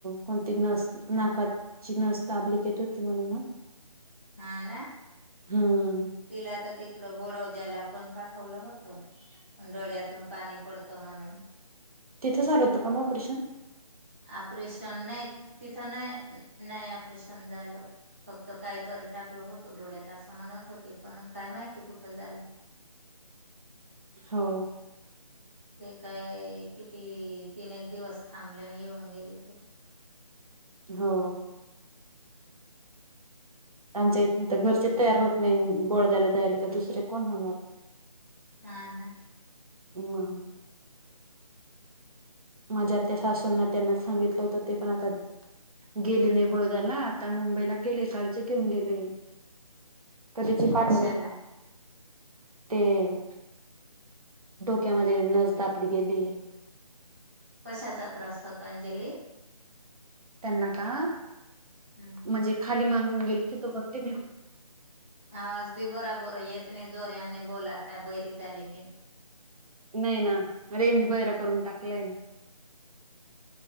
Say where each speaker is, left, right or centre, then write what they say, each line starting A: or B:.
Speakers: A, on the right; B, on the right.
A: कोणती नस नाकात चिनसताबलिकेेत होते म्हण ना
B: हा ना
A: हम्
B: तिला तर तिकडं बोडव द्यायला पण पाठवलं होत डोळ्यातून पाणी पडतं म्हणून
A: तिथं झाल होत का ऑपरशन
B: ऑपरेशन नाही तिथं नाही नाही ऑपरेशन झालं फक्त काही तरी टाकलं होतो डोळ्यात असं म्हणत होते पण काय माहिती कुठं झालंय?
A: हो
B: ते काय किती तीन एक दिवस थांबल्याने येऊन गेले तर
A: हो आमच्या इथ तर घरचे तयार होत नाही बोळद्याला जायला तर दुसरे कोण होणार.
B: हा ना
A: मग माझ्या त्या सासूंना त्यांना सांगितलं होतं ते पण आता गेले नाही बडोद्याला आता मुंबईला गेले कालचे घेऊन गेले तर त्याची पाठ
B: कशाला
A: ते क्यामध्ये नस कापली गेली
B: कशाचा त्रास होताो अंजली
A: त्यांना का
B: हम्म.
A: म्हणजे खाली मान होऊन गेलो त तो घटते म
B: आवाज बी बरा बर येत नाही जोर याने बोलाता बैरी झाली नाही
A: नाही ना रेंज बैरा करून टाकलाय ना